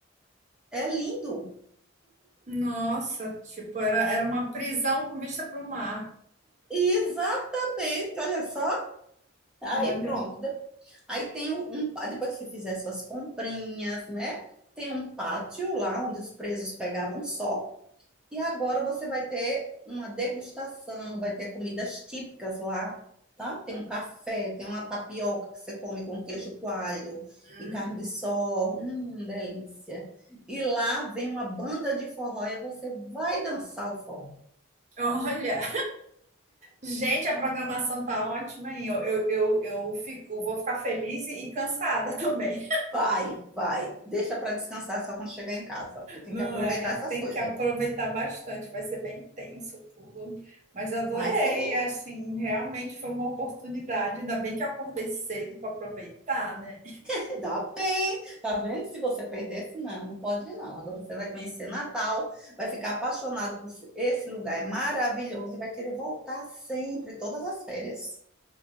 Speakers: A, in the centre; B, on the right (about 35°).
A: É lindo.
B: Nossa, tipo, era, era uma prisão com vista para o mar.
A: Exatamente, olha só. Aí
B: Olha.
A: pronto. De- Aí tem um, um pá- depois que você fizer suas comprinhas, né? Tem um pátio lá onde os presos pegavam sol. E agora você vai ter uma degustação, vai ter comidas típicas lá, tá? Tem um café, tem uma tapioca que você come com queijo coalho
B: Hum.
A: e carne de sol. Hum, delícia. E lá vem uma banda de forró e você vai dançar o forró.
B: Olha, gente, a programação tá ótima, hein? Eu, eu, eu, eu fico, vou ficar feliz e cansada <laughs> também.
A: Vai, vai. Deixa para descansar só quando chegar em casa, porque tem
B: Não
A: que aproveitar
B: é?
A: essas
B: Tem
A: coisas.
B: que aproveitar bastante, vai ser bem intenso tudo. Mas eu adorei,
A: Vai ser
B: assim, realmente foi uma oportunidade. Ainda bem que eu acordei cedo para aproveitar, né?
A: Se dá bem, tá vendo? Se você perdesse, não, não pode não. Agora você vai conhecer Natal, vai ficar apaixonado por esse esse lugar, é maravilhoso e vai querer voltar sempre, todas as férias.